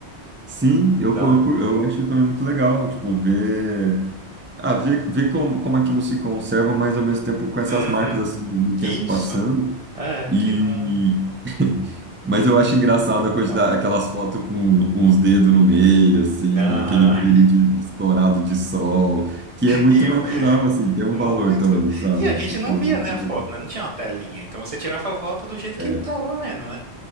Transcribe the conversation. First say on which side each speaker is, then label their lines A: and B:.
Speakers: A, on the right; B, on the right.
A: Sim, eu,
B: Dá,
A: co-
B: Léo?
A: eu, cu- eu acho também muito legal, tipo, ver. Ah, ver, ver como, como aquilo se conserva, mas ao mesmo tempo com essas
B: Uhum.
A: marcas assim do do
B: Isso.
A: tempo passando.
B: É,
A: E
B: que não...
A: <laughs> mas eu acho engraçado a quantidade,
B: Dá um
A: aquelas fotos com uns dedos no meio, assim,
B: Aham.
A: aquele brilho de estourado de sol, que é muito
B: E
A: natural,
B: o... <laughs>
A: assim, tem um
B: Muito.
A: valor também, sabe?
B: E a gente
A: Tipo,
B: não via,
A: é, muito-
B: né, a foto, né? Não tinha uma telinha. Então você tirava a foto do jeito que
A: é,
B: tava vendo, né?